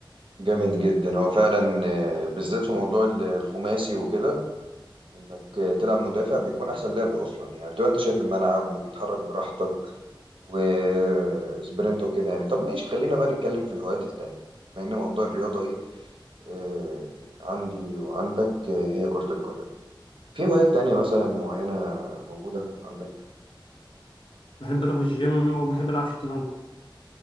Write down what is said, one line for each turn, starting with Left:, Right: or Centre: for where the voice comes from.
Right: جامد جدا هو فعلا آه، بالذات في موضوع ال- الخماسي وكده انك آه، تلعب مدافع بيكون احسن لعب اصلا يعني بتبقى انت شايف الملعب وبتتحرك براحتك وسبرنت وكده يعني طب ماشي خلينا بقى نتكلم في الهوايات التانية بما ان موضوع الرياضة ايه آه، عندي وعندك آه، هي كرة القدم في هوايات تانية مثلا معينة موجودة عندك
Left: بحب أروح الجيم وبحب ألعب شطرنج